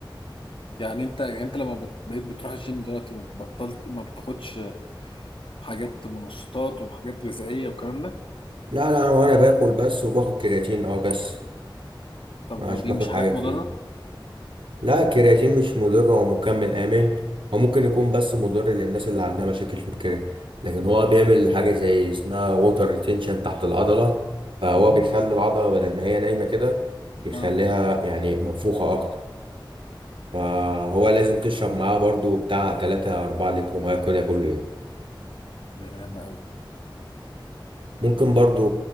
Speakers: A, on the left (about 80°); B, on the right (about 75°).
A: يعني انت يعني انت لما بت... بقيت بتروح الجيم دلوقتي ما بطلت ما بتاخدش حاجات منشطات وحاجات غذائيه والكلام ده
B: لا لا هو انا باكل بس وباخد كرياتين اه بس
A: طب
B: مش
A: ودي
B: باخد
A: مش حاجات
B: حاجه كتير
A: مضره
B: لا الكرياتين مش مضر هو مكمل امن هو ممكن يكون بس مضر للناس اللي عندها مشاكل في الكرياتين لكن هو بيعمل حاجه زي اسمها ووتر ريتينشن تحت العضله فهو بيخلي العضله بدل ما هي نايمه كده يخليها
A: اه
B: يعني منفوخه اكتر فهو لازم تشرب معاه برضو بتاع 3 4 لتر ميه كده كل يوم
A: ده ياما قوي
B: ممكن برضو